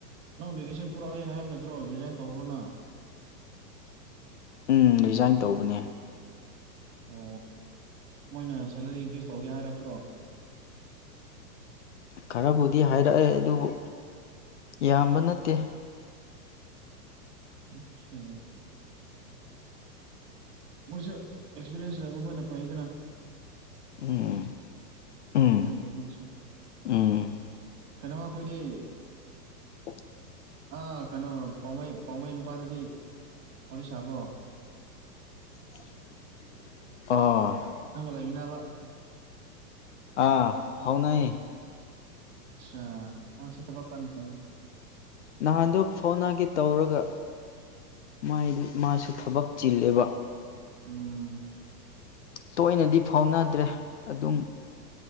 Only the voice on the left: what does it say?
ꯎꯝ ꯔꯤꯖꯥꯏꯟ ꯇꯧꯕꯅꯦ
ꯈꯔꯕꯨꯗꯤ ꯍꯥꯏꯔꯛꯑꯦ ꯑꯗꯨꯕꯨ ꯌꯥꯝꯕ ꯅꯠꯇꯦ
ꯎꯝ ꯎꯝ
ꯎꯝ
<unintelligible>
ꯑ
ꯑꯥ ꯐꯥꯎꯅꯩ
ꯅꯍꯥꯟꯗꯨ ꯐꯥꯎꯅꯒꯦ ꯇꯧꯔꯒ ꯥꯃꯥꯏꯗꯨ ꯃꯥꯁꯨ ꯊꯕꯛ ꯆꯤꯜꯂꯦꯕ
ꯇꯣꯏꯅꯗꯤ ꯐꯥꯎꯅꯗ꯭ꯔꯦ ꯑꯗꯨꯝ